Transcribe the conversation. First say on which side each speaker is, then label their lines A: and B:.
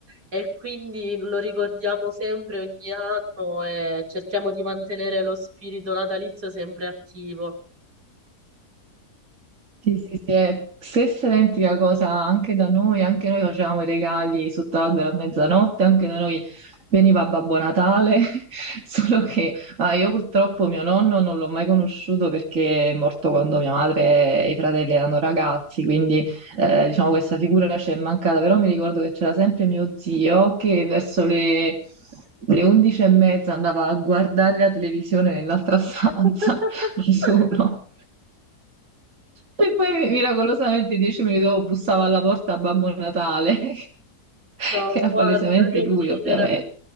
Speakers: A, on the right; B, on the right.
A: e quindi lo ricordiamo sempre ogni anno e cerchiamo di mantenere lo spirito natalizio sempre attivo.
B: Sì, sì, sì, è stessa identica cosa anche da noi, anche noi facevamo i regali sotto l'albero a mezzanotte, anche da noi veniva Babbo Natale, <laughs> solo che ah, io purtroppo mio nonno non l'ho mai conosciuto perché è morto quando mia madre e i fratelli erano ragazzi, quindi eh, diciamo questa figura ci è mancata, però mi ricordo che c'era sempre mio zio che verso le... Le undici e mezza andava a guardare la televisione nell'altra stanza
A: <laughs>
B: <laughs> da solo. E poi miracolosamente dieci minuti dopo bussava alla porta Babbo Natale, <laughs> che
A: No,
B: era
A: guarda
B: palesemente
A: che
B: lui,
A: ridere.
B: ovviamente.